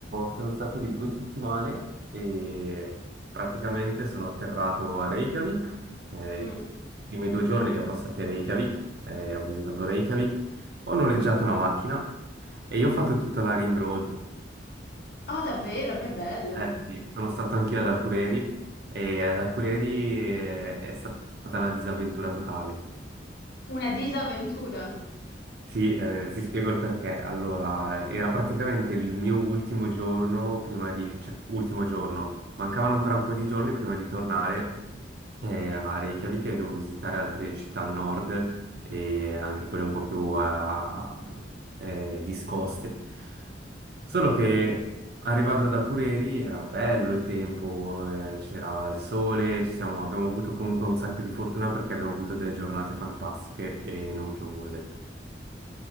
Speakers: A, on the right; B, on the left.
A: sono stato lì due settimane e praticamente sono atterrato a Reykjavik. Eh,
B: Mm.
A: I primi due giorni li ho passati a Reykjavik, eh, ho visitato Reykjavik, ho noleggiato una macchina e io ho fatto tutta la Ring Road.
B: Oh, davvero, che bello!
A: Eh sì, sono stato anch'io ad Akureyri e ad Akureyri eh, è stata una disavventura totale.
B: Una disavventura.
A: Sì, eh, ti spiego il perché. Allora, era praticamente il mio ultimo giorno prima di, cioè, ultimo giorno, mancavano ancora un po' di giorni prima di tornare eh, a Reykjavik e dovevo visitare altre città al nord e anche quelle un po' più ah, eh, discoste. Solo che arrivato da Cureri era bello il tempo, eh, c'era il sole, ci siamo- abbiamo avuto comunque un sacco di fortuna perché abbiamo avuto delle giornate fantastiche e non piovose.